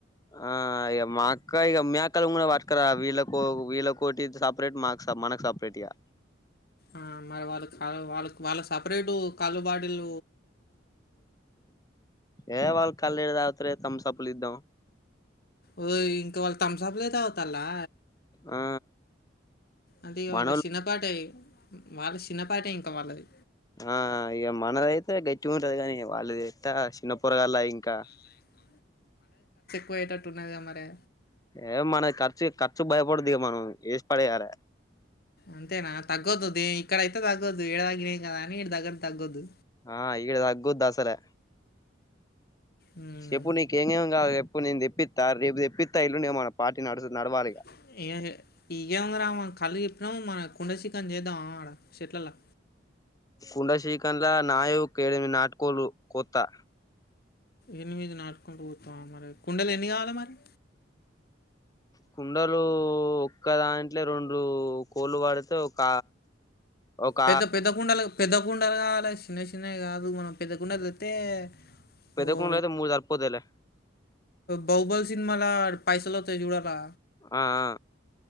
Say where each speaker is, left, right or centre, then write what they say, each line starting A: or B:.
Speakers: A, on the left (about 20°); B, on the left (about 55°).
A: ఆ అయ మా అక్క కా ఇక మీ అక్క ను కూడా వాట్కరా వీళ్ళ వీళ్ళ కోటి సపరేట్ మాకు మనకు సపరేట్ గా
B: ఆ మరి వాళ్ళ వాళ్ళ వాళ్ళ సపరేటు కళ్ళ బాటిల్
A: ఏ వాళ్ళ కల్లు ఏడ దా తరే తమ్సప్పులిద్దాం
B: ఓ ఇంక వాళ్ళు తమ్సప్ లే తాగుతాల్లా
A: ఆ
B: అది
A: మనోళ్ళు
B: వాళ్ళ చిన్నపాటయి వాళ్ళ చిన్నపాటే ఇంక వాళ్ళది
A: ఆ ఇగ మనదైతే గట్టిగా ఉంటది గానీ వాళ్ళది ఎట్టా చిన్న పొరగాల్లా ఇంకా
B: లైకో పోయేటట్టు ఉన్నదిగా మరే
A: ఏ మన ఖర్చు ఖర్చు భయపడదు ఇగ మనం ఏసి పడేయాల
B: అంతేనా తగ్గద్దు దే ఇక్కడైతే తగ్గొద్దు ఏడ తగ్గినయి కదా అని ఈడ తగ్గట్టు తగ్గద్దు
A: ఆ ఇక్కడ తగ్గుద్దసలే
B: ఉమ్,
A: షెప్పు నీకు ఎంగేం గావాల ప్పు నేను దెప్పిత్తా రేపు దెప్పిత్తా ఎల్లుండి ఇగ మన పార్టీ నడుసు నడవాలి ఇగ
B: <unintelligible> ఇయ్యంగురా మన కల్లు చెప్పినాము మన కుండ సికన్ చేద్దామా ఆడ చెట్లల్లా
A: కుండ షికన్ ల నాయు కేడెనిమి నాటుకోల్లు కోత్తా
B: ఎనిమిది నాటు కోళ్ళు కోత్తావా మరి కుండలు ఎన్ని కావాల మరి
A: కుండలు ఒక్క దాంట్లో రెండు కోళ్ళు పడితే ఒక ఒక
B: పెద్ద పెద్ద కుండలు పెద్ద కుండలు గావాలె చిన్న చిన్నవి గాదు మనం పెద్ద కుండలు తెత్తే
A: పెద్ద
B: ఓ
A: కుండలో అయితే మూడు సరిపోతాయిలే
B: బహుబల్ సినిమా ల పైసలోత్తాయి జూడు అలా
A: ఆ ఆ